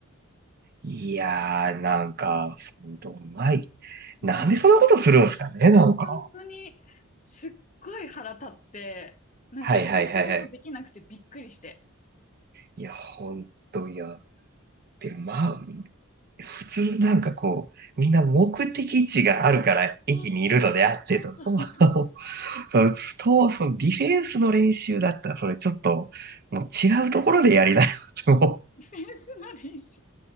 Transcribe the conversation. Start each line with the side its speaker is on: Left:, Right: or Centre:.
Right: いやー、なんか、ほんと、うまい。
Left: マジで。
Right: なんでそんなことするんですかね、なんか。
Left: 本当にすっごい腹立って、なんかどうしようもできなくてびっくりして。
Right: はいはいはいはい。いや、ほんと、いや。で、まあ、普通なんかこう、みんな目的地があるから駅にいるのであってと、
Left: そうそうそうそう
Right: その、<laughs> その、ストそのディフェンスの練習だったら、それちょっと、もう違うところでやりなよと。
Left: ディフェンスの練習。